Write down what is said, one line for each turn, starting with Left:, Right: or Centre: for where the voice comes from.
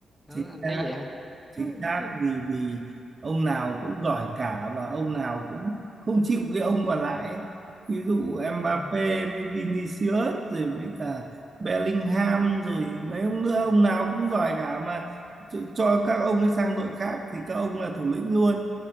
Centre: đó,
Right: chính
Centre: anh
Right: xác
Centre: thấy vậy không
Right: chính
Centre: <laughs>
Right: xác vì vì ông nào cũng giỏi cả và ông nào cũng không chịu cái ông còn lại ấy. ví dụ Mbappé
Centre: Ừ.
Right: mới Vinicius rồi mới cả Bellingham rồi mấy ông nữa ông nào cũng giỏi cả mà cho, cho các ông ấy sang đội khác thì các ông là thủ lĩnh luôn